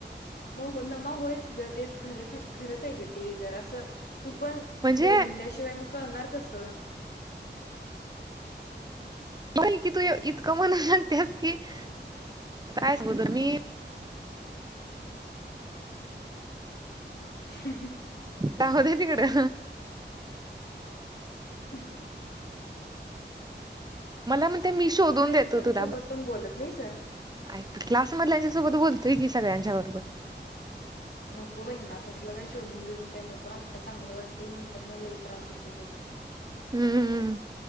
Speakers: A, on the left; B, on the right.
A: मग हो नमा होयच ग तेच खरच खरंच आहे ग ते जर असं तू पण
B: म्हणजे
A: बोलल्याशिवाय मग कळणार कस
B: बा कि तू इतकं मणा सांगतेस की आता कायचग तर मी
A: ह
B: जाहतय तिकडे
A: अ
B: मला म्हणते मी शोधून
A: फ्रेंड्स
B: देतो तुला
A: सोबत पण बोलत नाहीस
B: ू क्लासमधल्याच्या सोबत बोलतोय की सगळ्यांच्या बरोबर
A: नको बही ना तसलं काय शोधून बेधून काय नको आत्ता चांगलं वाटत ते नंतर ना लई त्रास होतोय त्याचा
B: हम्म